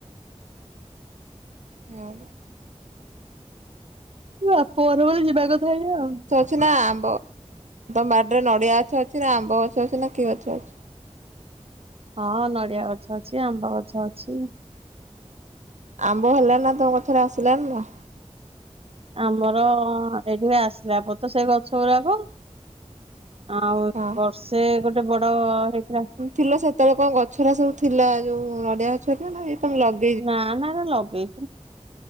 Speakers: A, on the right; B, on the right.
A: ହଁ।
B: ମୋ ବାପ ଘର ବୋଲି ଯିବା କଥା ଆଜ୍ଞା ଆଉ।
A: ଛି ନା ଆମ୍ବ ତମ ବାଡ଼ିରେ ନଡିଆ ଗଛ ଅଛି ନା ଆମ୍ବ ଗଛ ଅଛି ନା କିଏ ଗଛ ଅଛି?
B: ହଁ ନଡିଆ ଗଛ ଅଛି, ଆମ୍ବ ଗଛ ଅଛି।
A: ଆମ୍ବ ହେଲା ନା ତୋ କଛରେ ଆସିଲାନି ନା?
B: ଆମର-ଅ-ଅ ଏଇଠିକେ ଆସିଲା ପରେ ତ ସେ ଗଛ ଗୁରାକ ଆଉ
A: ହଁ।
B: ବର୍ଷେ ଗୋଟେ ବଡ-ଅ-ଅ ହେଇଥିଲା
A: ଥିଲା ସେତେବେଳେ କଣ ଗଛଗୁରା ସବୁ ଥିଲା ଯୋଉ-ଉ-ଉ-ଉ ନଡିଆ ଗଛ ହେରିକା ନା ଏଇ ତମେ ଲଗ
B: ନା ନା ନା ଲଗେ